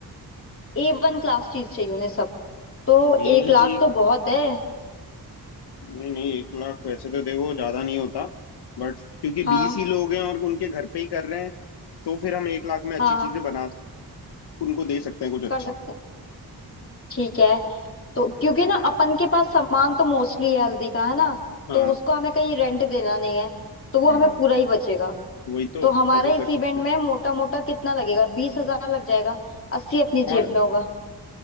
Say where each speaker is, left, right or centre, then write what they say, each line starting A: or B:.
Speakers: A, on the left; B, on the left.
A: ए वन क्लास चीज चाहिए उन्हें सब तो
B: ए
A: एक
B: वन
A: लाख
B: चाहिए
A: तो
B: तो।
A: बहुत है
B: नहीं नहीं एक लाख वैसे तो देखो ज्यादा नहीं होता बट क्योंकि
A: हाँ
B: बीस ही लोग हैं और उनके घर पे ही कर रहे हैं तो फिर हम एक लाख में अच्छी
A: हाँ हाँ
B: चीजें बना उनको दे सकते हैं कुछ अच्छा
A: कर सकते हैं ठीक है तो क्योंकि ना अपन के पास सामान तो मोस्टली है हल्दी का है ना
B: हाँ
A: तो उसको हमें कहीं रेंट देना नहीं है तो वो
B: हाँ
A: हमें पूरा ही बचेगा
B: वही तो
A: तो हमारे
B: तभी कर
A: इस
B: सकते
A: इवेंट
B: हैं
A: में मोटा मोटा कितना लगेगा बीस हजार लग जाएगा अस्सी अपनी
B: हाँ
A: जेब में होगा